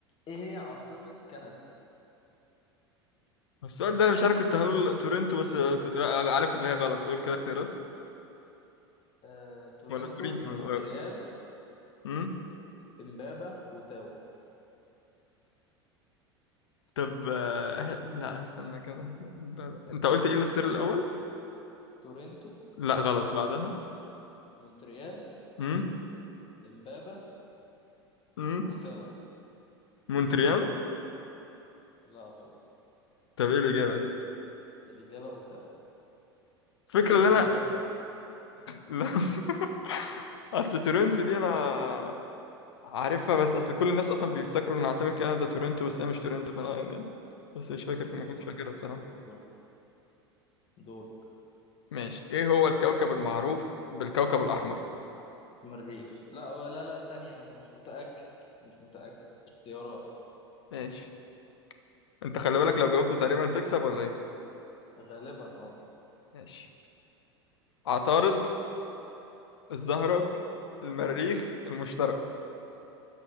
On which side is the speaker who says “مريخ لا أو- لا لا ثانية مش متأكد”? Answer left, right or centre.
Left